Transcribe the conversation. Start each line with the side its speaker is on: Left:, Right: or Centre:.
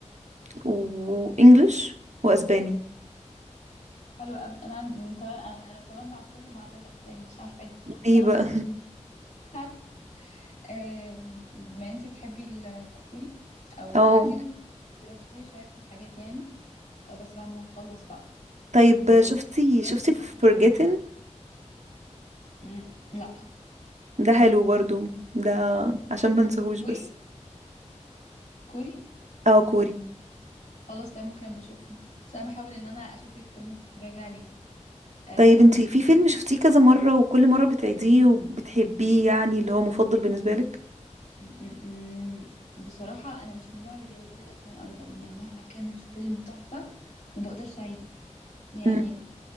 Right: وانجلش واسباني
Left: حلو قوي انا عن- تمام انا تمام مع كله ما عدا الاسباني مش عارفه ليه حاسه
Right: ليه
Left: انا
Right: بقى
Left: مش شخصيه مش عارف أم، بما ان انتي بتحبي الكوري
Right: <laughs>
Left: او
Right: او
Left: اكيد بترشحي لي شويه حاجات يعني آه، بس بعد ما نخلص بقى
Right: طيب
Left: خليكي
Right: شفتي
Left: دلوقتي
Right: شفتي
Left: ونشوف
Right: Forgotten
Left: لك مم، لا
Right: ده حلو برضو ده عشان ما انساهوش
Left: كوري
Right: بس
Left: كوري
Right: اه كوري
Left: خلاص تمام ممكن أبقى اشوفه بس انا بحاول ان انا اشوف لك فيلم تتفرجي عليه آم،
Right: طيب انتي في فيلم شفتيه كذا مرة وكل مرة بتعيديه وبتحبيه يعني اللي هو مفضل بالنسبة لك
Left: م- م- م. بصراحة انا مش من النوع اللي بيعيد الافلام ابدا يعني مهما كان الفيلم تحفة ما بقدرش اعيده يعني
Right: امم